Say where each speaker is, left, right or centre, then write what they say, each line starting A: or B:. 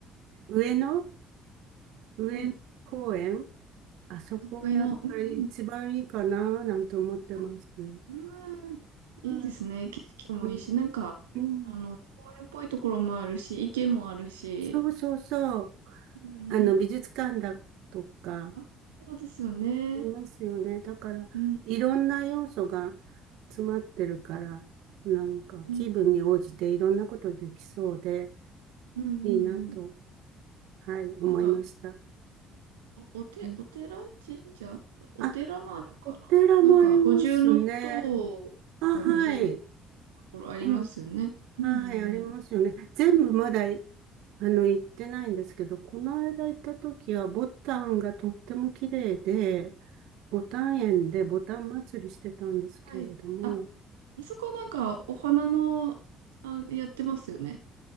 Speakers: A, on the right (about 85°); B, on the right (about 75°).
A: はい
B: 上野上野公園
A: はい。
B: あそこはやっぱり一番いいかななんて思ってますね
A: 上の、うんうん。あ、うん。いいですね。
B: はい
A: 景色もいいし、
B: うん、
A: なんか、
B: うん、
A: あの、公園っぽいところもあるし、池もあるし、
B: そうそうそう。
A: うんうん。
B: あの、美術館だとか、
A: あ、
B: あ
A: そうですよね。
B: りますよね。だから、
A: うん、
B: いろんな要素が詰まってるから、なんか気分に応じていろんなことできそうで、
A: うん、うん、うん、う
B: いいなと、
A: んうん。
B: はい、思いました。
A: なんか、お、おて、
B: うん
A: お寺神社お寺なのかななんか、
B: あ、お寺もありますね。
A: 五重塔が見れる
B: あ、はい。
A: ところありますよね。
B: <clears throat>
A: うん、
B: はい、
A: うん、うん。
B: ありますよね。
A: そ
B: 全部まだい、あの、行ってないんですけど、この間行った時は、ボタンがとっても綺麗で、ボタン園でボタン祭りしてたんですけれども、
A: うなんですか。はい。あ、あそこなんか、お花の、あ、やってますよね。